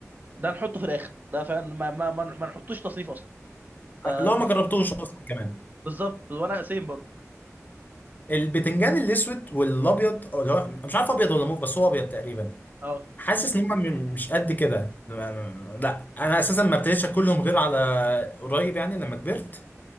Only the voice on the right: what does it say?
ده نحطه في الاخر ده فاهم ما ما ما ما نحطوش تصنيف اصلا فماشي
بالظبط وانا سيم برضه
اه